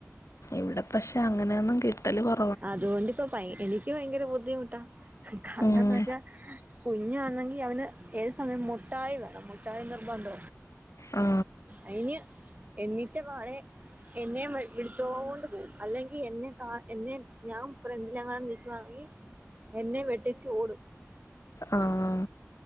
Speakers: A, on the left; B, on the right.
A: ഇവിടെ പക്ഷെ അങ്ങനെയ ഒന്നും കിട്ടല് കൊ
B: അതുകൊണ്ട് ഇപ്പ എനിക്ക് ഭയങ്കര ബുദ്ധിമുട്ടാ കാരണംന്ന്
A: ഉം
B: വെച്ചാ കുഞ്ഞാണെങ്കി അവന് ഏത് സമയം മുട്ടായി വേണം മുട്ടായി നിർബന്ധ
A: ആ
B: അയ്ന എന്നിട്ട വാടെ എന്നെ വിടിച്ചൊണ്ട് പോകും അല്ലെങ്കിൽ എന്നെ കാ എന്നെ ഞാൻ ഫ്രണ്ടിലങ്ങാണം നിക്കുവാണെങ്കി എന്നെ വെട്ടിച്ചു ഓടും
A: ആഹ